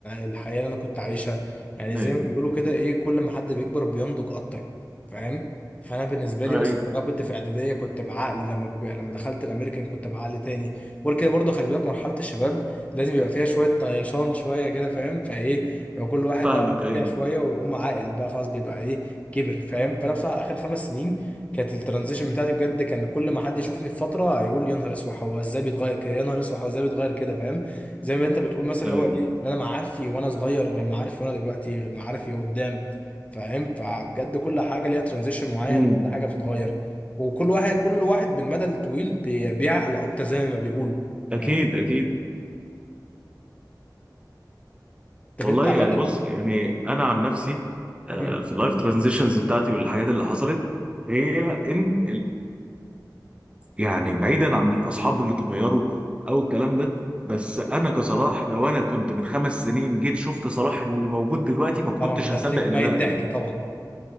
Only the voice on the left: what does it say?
الحياه اللي انا كنت عايشها يعني
زي ما بيقولوا كده ايه كل ما حد بيكبر بينضج اكتر فاهم فانا بالنسبه لي
مثلا لما كنت في اعداديه كنت بعقل لما كب... لما دخلت الامريكان كنت بعقل تاني وغير كده برضه خلي بالك مرحله الشباب لازم يبقى فيها شويه طيشان شويه كده فاهم فايه يبقى كل واحد
بقى
فيها شويه ويقوم عاقل بقى خلاص بيبقى ايه كبر فاهم فانا بصراحه اخر خمس سنين كانت الترانزيشن بتاعتي بجد كان كل ما حد يشوفني في فتره هيقول يا نهار اسود هو ازاي بيتغير كده يا نهار اسود هو ازاي بيتغير كده فاهم زي ما انت بتقول مثلا اللي
هو ايه ان انا معارفي وانا صغير غير معارفي وانا دلوقتي غير معارفي قدام فاهم فبجد كل حاجه ليها ترانزيشن معين
وكل حاجه بتتغير وكل واحد كل واحد بالمدى الطويل بي- بيعقل اكتر زي ما بيقولوا
فاهم
طب
انت عامه
مم.
طبعا كنت
هتليك
ميت
ضحك
طبعا